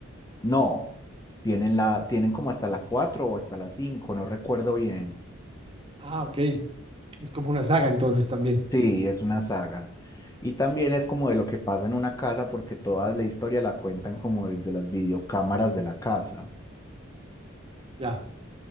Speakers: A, on the left; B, on the right.
A: No, tienen la, tienen como hasta la 4 o hasta la 5, no recuerdo bien.
B: Ah, ok, es como una saga entonces también.
A: Sí, es una saga. Y también es como de lo que pasa en una casa, porque toda la historia la cuentan como desde las videocámaras de la casa.
B: Ya.